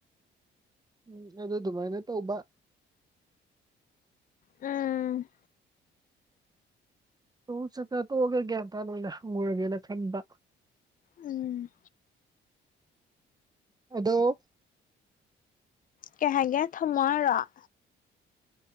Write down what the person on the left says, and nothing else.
ꯎꯝ
ꯎꯝ
ꯀꯩꯍꯥꯏꯒꯦ ꯊꯝꯃꫭ ꯍꯥꯏꯔꫭ